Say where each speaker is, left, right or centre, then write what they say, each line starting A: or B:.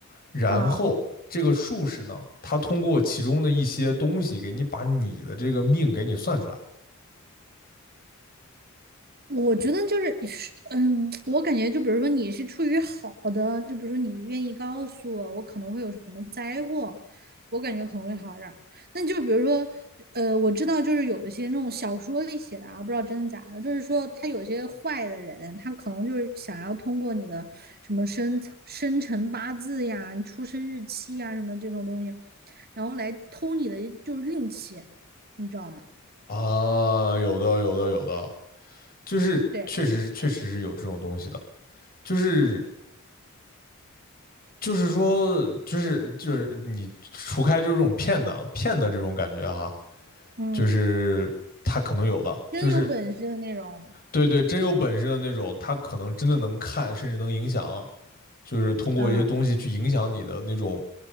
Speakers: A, on the left (about 45°); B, on the right (about 45°).
A: 然后这个术士呢，
B: 啊，
A: 他通过其中的一些东西给你把你的这个命给你算出来
B: 我觉得就是，嗯，我感觉就比如说你是出于好的，就比如说你愿意告诉我，我可能会有什么灾祸，我感觉可能会好一点儿。那就比如说，呃，我知道就是有一些那种小说里写的啊，不知道真的假的，就是说他有些坏的人，他可能就是想要通过你的什么生生辰八字呀、你出生日期呀什么的这种东西，然后来偷你的就是运气，你知道吗？
A: 啊，有的有的有的，就是确实是确实是有这种东西的，
B: 对，
A: 就是就是说就是就是你除开就是这种骗的骗的这种感觉哈。
B: 嗯，
A: 就是他可能有的，
B: 真有本事的那种。
A: 就是对对，真有本事的那种，他可能真的能看，甚至能影响，就是通过一些东西去影响你的那种，
B: 嗯，